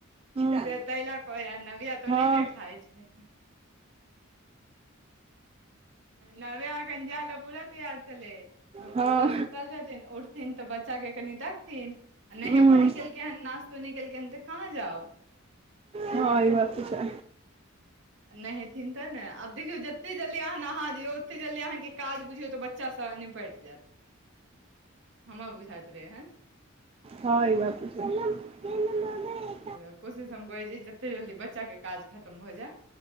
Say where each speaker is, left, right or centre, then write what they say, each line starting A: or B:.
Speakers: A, on the right; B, on the right.
A: हूँ
B: से तेइला कहय नव्या त
A: हँ
B: ओनेहिते खाय छै नव्या अखन जाएले पूरा तैयार चलै <unintelligible>
A: हँ
B: पप्पा सुतल छै उठथिन तऽ बच्चा के कनि देखथिन नहेबो
A: उहूँ
B: नेकेलकेै हन नास तो नेकेलके केनऽ तऽ कहाँ जाउ ताहि
A: हँ
B: लए
A: ई बात तऽ छै
B: नहेथिन तऽ ने अब देखियौ जतेक जल्दी अहाँ नहा दियौ ओतेक जल्दी अहाँके काज बुझियौ तऽ बच्चासँ निपटि जायत। हमर बुझाइत रहे हन।
A: हँ ई बात तऽ सही छै।
B: कोशिश हम करैत छी जतेक जल्दी बच्चाके काज खतम भऽ जाय